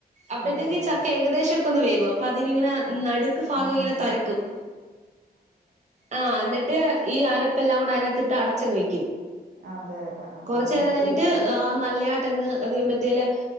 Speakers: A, on the right; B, on the right.
A: അപ്പഴത്തേക്ക്
B: അതെല്ലേ.
A: ചക്ക ഏകദേശം വേവും അപ്പോ അതിങ്ങനെ
B: അ
A: നടുക്ക് ഭാഗം
B: ആ
A: ഇങ്ങനെ
B: ആ.
A: തൊരക്കും ആ എന്നിട്ട് ഈ അരപെല്ലാം കൂടെ അ അതിനകത്തിട്ട് അടച്ചങ് വെക്കും
B: അതെ. അ അ
A: കൊറച്ചു
B: ആ ആ,
A: നേരം
B: ഓക്കെ.
A: കഴിഞ്ഞിട്ട് നല്ല ആട്ടങ്ങ് അത് മറ്റേല്